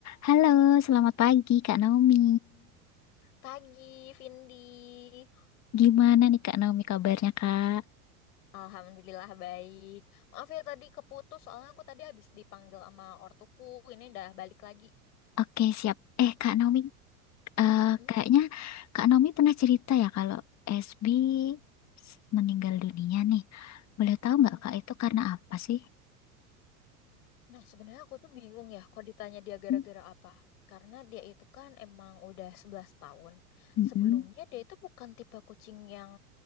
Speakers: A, on the left (about 35°); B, on the left (about 70°).
A: Halo, selamat pagi Kak Naomi.
B: Pagi, Vindi.
A: Gimana nih Kak Naomi kabarnya Kak?
B: Alhamdulillah baik. Maaf ya tadi keputus, soalnya aku tadi habis dipanggil sama ortuku. Ini udah balik lagi.
A: Oke, siap. Eh Kak Naomi, eh,
B: Mm-mm,
A: kayaknya Kak Naomi pernah cerita ya kalau SB s- meninggal dunia nih. Boleh tahu
B: heeh.
A: nggak Kak itu karena apa sih?
B: Nah, sebenarnya aku tuh bingung ya kalau ditanya dia gara-gara
A: Hmm,
B: apa. Karena dia itu kan emang udah 11 tahun.
A: mm-mm.
B: Sebelumnya dia itu bukan tipe kucing yang